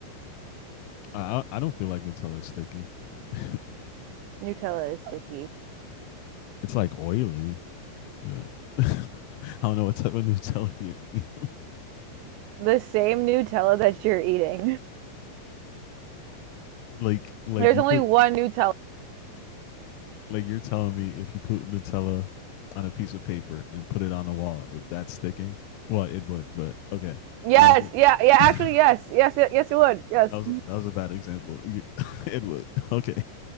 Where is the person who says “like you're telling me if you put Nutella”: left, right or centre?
Left